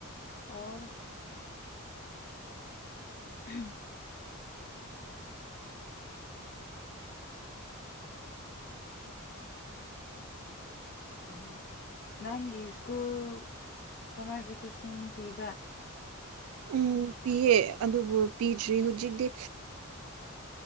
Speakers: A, on the left; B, on the right.
A: ꯑꯣ ꯎꯝ ꯎ ꯅꯪꯒꯤ ꯁ꯭ꯀꯨꯜ ꯁꯝꯃꯔ ꯚꯦꯀꯦꯁꯟ ꯄꯤꯕ꯭ꯔꯥ
B: ꯎꯝ ꯄꯤꯌꯦ ꯑꯗꯨꯕꯨ ꯄꯤꯗ꯭ꯔꯤ ꯍꯧꯖꯤꯛꯇꯤ